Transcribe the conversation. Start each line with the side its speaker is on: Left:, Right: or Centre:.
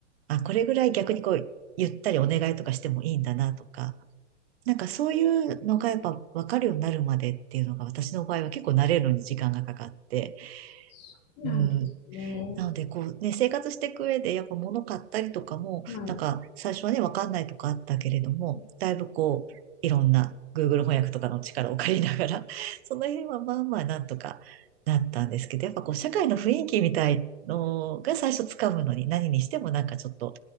Right: あ、これぐらい逆にこうゆったりお願いとかしてもいいんだなとか、なんかそういうのがやっぱ分かるようになるまでっていうのが私の場合は結構慣れるのに時間がかかって、
Left: そうなんですね。
Right: うん、なので、こうね、生活していく上で、やっぱ物買ったりとかも、
Left: まあ、
Right: なんか最初はね、
Left: う
Right: わかんないとかあったけれども、
Left: ん
Right: だいぶこう、いろんな Google 翻訳とかの力を借りながら、その辺はまあまあなんとかなったんですけど、やっぱこう、社会の雰囲気みたいのが最初つかむのに、何にしてもなんかちょっと